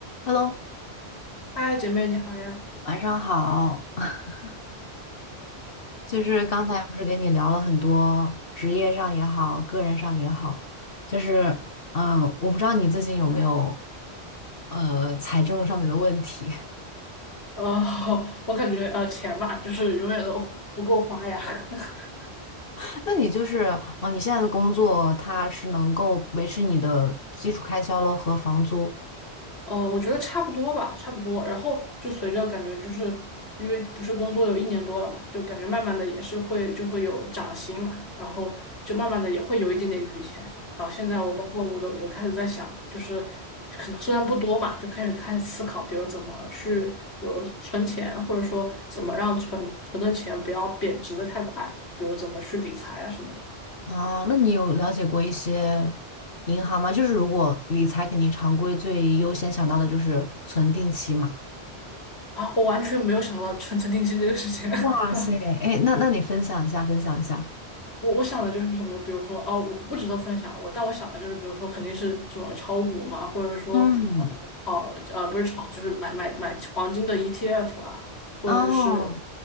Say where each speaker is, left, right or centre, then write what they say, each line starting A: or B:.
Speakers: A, on the left; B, on the left.
A: Hello，
B: 嗨，姐妹你好呀。
A: 晚上好。<laughs> 就是刚才不是跟你聊了很多职业上也好，个人上也好，就是嗯，呃我不知道你最近有没有呃财政上面的问题。
B: 呃，<laughs> 我感觉呃，钱嘛，就是永远都不够花呀。<laughs>
A: <laughs> 那你就是哦，你现在的工作它是能够维持你的基础开销咯和房租
B: 呃，我觉得差不多吧，差不多。然后就随着感觉，就是因为不是工作有一年多了嘛，就感觉慢慢的也是会就会有涨薪嘛，然后就慢慢的也会有一点点余钱。然后现在我包括我都有开始在想，就是可能虽然不多嘛，就开始开始思考，比如怎么去，比如存钱，或者说怎么让存存的钱不要贬值的太快，比如怎么去理财啊什么的。
A: 啊？那你有了解过一些银行吗？就是如果理财，肯定常规最优先想到的就是存定期嘛。
B: 啊，我完全没有想到存承定期这个事情。<laughs>
A: 哇塞，哎，那那你分享一下，分享一下。
B: 我我想的就是什么，比如说，哦，我不值得分享。我但我想的就是，比如说，肯定是什么炒股嘛，或者说，
A: 嗯，
B: 呃，炒呃不是炒，就是买买买黄金的 ETF 啊，或者是
A: 哦，